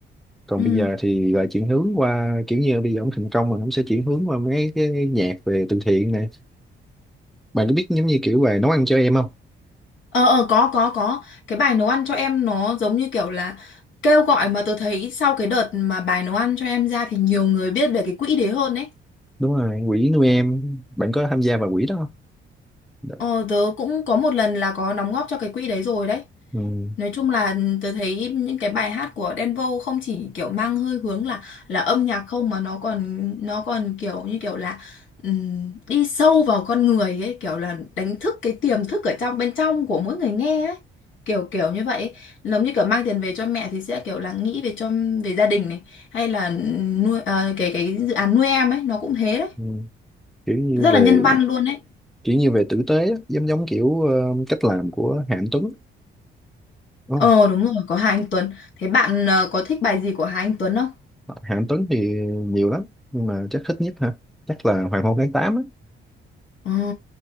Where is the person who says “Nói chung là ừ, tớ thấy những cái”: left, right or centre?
Left